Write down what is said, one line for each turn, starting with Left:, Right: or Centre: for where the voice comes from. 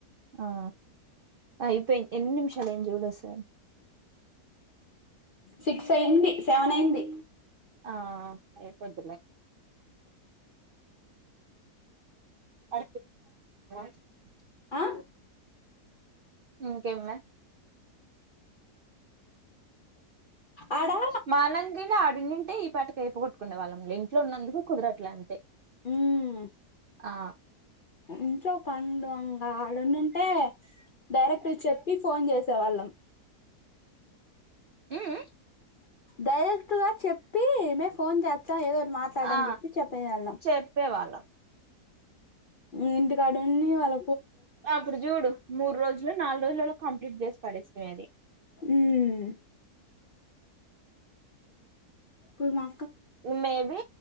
Right: ఆ అయిపోయింది. ఎన్ని నిమిషాల అయింది. చూడు ఒక సారి
Left: సిక్స్ అయింది సెవెన్ అయింది
Right: ఆ అయిపోద్దిలే అ <unintelligible>
Left: ఆ
Right: ఇకేం లె
Left: ఆడా
Right: మనం కూడా ఆడుండింటే ఈ పాటకి ఐపో కొట్టుకునే వాళ్ళం లేంటి ఇంట్లో ఉన్నందుకు కుదరట్ల అంతే
Left: ఉమ్
Right: ఆ
Left: ఇంట్లో పండు అంగా ఆడు ఉండుంటే డైరెక్ట్ చెప్పి ఫోన్ చేసి సెవాళ్ళం
Right: ఉమ్
Left: డైరెక్ట్గా చెప్పి మే ఫోన్ చేస్ త ఏదోటి మాట్లాడని
Right: ఆ
Left: చెప్పి చెప్పని వెళ్ళం
Right: చెప్పేవాళ్ళం
Left: ఇంటి కాడ ఉండి వాళ్ళ
Right: అప్పుడు చూడు మూడు రోజులో నాలుగు రోజులలో కంప్లీట్ చేసి పడేస్తుంది అది
Left: ఉమ్ కుర్మా
Right: మేబీ